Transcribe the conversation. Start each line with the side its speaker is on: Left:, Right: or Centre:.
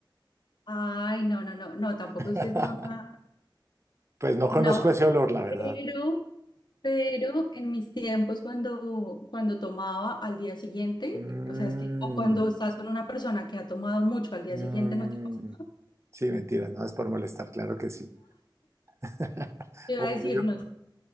Left: Ay, no, no, no, no, tampoco
Right: <laughs>
Left: es que sea una,
Right: Pues no
Left: una,
Right: conozco
Left: barra,
Right: ese olor, la verdad.
Left: pero. Pero en mis tiempos cuando, cuando tomaba al día siguiente,
Right: Mm,
Left: o sea, es que cuando estás con una persona que ha tomado mucho al día
Right: mm.
Left: siguiente, no te pasa.
Right: Sí, mentira, no es por molestar, claro que sí. <laughs>
Left: Te iba
Right: Obvio,
Left: a decir, no,